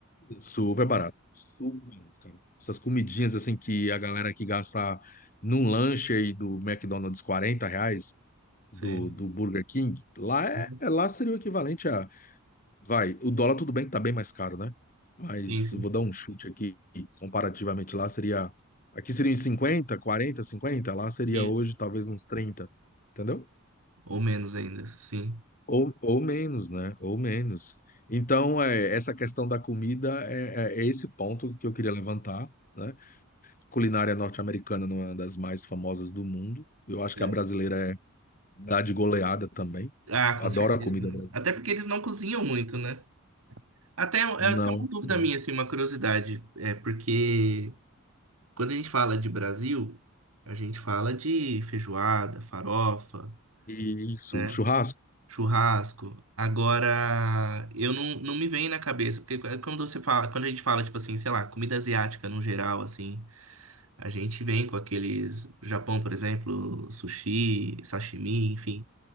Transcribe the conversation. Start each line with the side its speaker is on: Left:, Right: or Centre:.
Left: Super barato. Super barato, cara. Essas comidinhas, assim, que a galera que gasta num lanche aí do McDonald's 40 reais, do,
Right: Sim.
Left: do Burger King, lá, é,
Right: Uhum.
Left: é- lá seria o equivalente a Vai, o dólar tudo bem que tá bem mais caro, né? Mas
Right: Sim, sim.
Left: eu vou dar um chute aqui, comparativamente lá seria, aqui seria uns 50, 40, 50, lá seria
Right: Isso.
Left: hoje talvez uns 30, entendeu?
Right: Ou menos ainda, sim.
Left: Ou, ou menos, né? Ou menos. Então, é, essa questão da comida é, é- é esse ponto que eu queria levantar, né? Culinária norte-americana não é uma das mais famosas do mundo. Eu acho
Right: É.
Left: que a brasileira é, dá de goleada também.
Right: Ah,
Left: Adoro
Right: com certeza.
Left: a comida
Right: né?
Left: brasileira.
Right: Até porque eles não cozinham muito, né? Até é
Left: Não,
Right: é até uma dúvida
Left: não.
Right: minha, assim, uma curiosidade. É porque quando a gente fala de Brasil, a gente fala de feijoada, farofa,
Left: Isso,
Right: né?
Left: churrasco.
Right: Churrasco. Agora, eu não, não me vem na cabeça, porque é quando você fala, quando a gente fala, tipo assim, sei lá, comida asiática no geral, assim, a gente vem com aqueles, Japão, por exemplo, sushi, sashimi, enfim,